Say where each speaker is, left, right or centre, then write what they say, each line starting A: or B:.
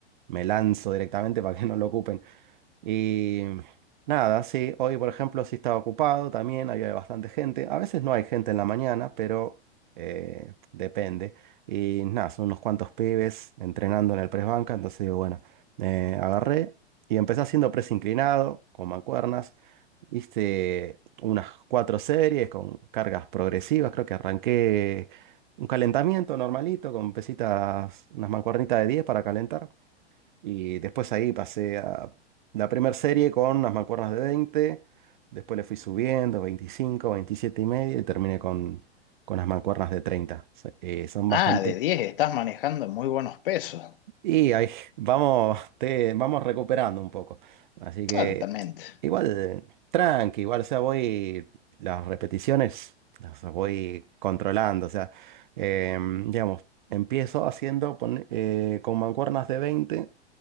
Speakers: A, on the right; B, on the left.
A: me lanzo directamente para que no lo ocupen. Y nada, sí, hoy por ejemplo sí estaba ocupado también, había bastante gente. A veces no hay gente en la mañana, pero eh, depende. Y nada, son unos cuantos pibes entrenando en el press banca, entonces digo, bueno, eh, agarré y empecé haciendo press inclinado con mancuernas. Hice unas cuatro series con cargas progresivas, creo que arranqué un calentamiento normalito con pesitas, unas mancuernitas de 10 para calentar. Y después ahí pasé a la primera serie con las mancuernas de 20, después le fui subiendo 25, 27 y medio y terminé con, con las mancuernas de 30. Se- eh, son
B: Ah,
A: bastante...
B: de 10 estás manejando muy buenos pesos.
A: Y ahí <laughs> vamos, te, vamos recuperando un poco. Así que
B: Ah, totalmente.
A: igual, tranqui, igual, o sea, voy, las repeticiones las voy controlando, o sea, em, digamos, empiezo haciendo pon- eh, con mancuernas de 20.